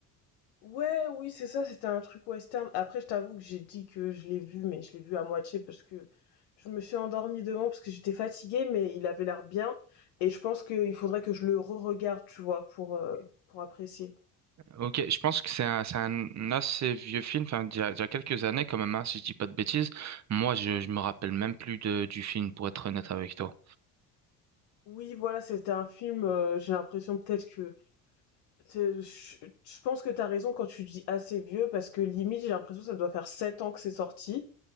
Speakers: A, on the left; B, on the right.
A: Ouais, oui, c'est ça, c'était un truc western. Après, je t'avoue que j'ai dit que je l'ai vu, mais je l'ai vu à moitié parce que je me suis endormie devant parce que j'étais fatiguée, mais il avait l'air bien. Et je pense qu'il faudrait que je le re-regarde, tu vois, pour, euh, pour apprécier.
B: Ok, je pense que c'est un, c'est un assez vieux film, enfin, d'il y a, d'il y a quelques années quand même, hein, si je dis pas de bêtises. Moi, je, je me rappelle même plus de, du film, pour être honnête avec toi.
A: Oui, voilà, c'était un film, euh, j'ai l'impression peut-être que C'est je je pense que t'as raison quand tu dis «assez vieux» parce que limite, j'ai l'impression que ça doit faire 7 ans que c'est sorti,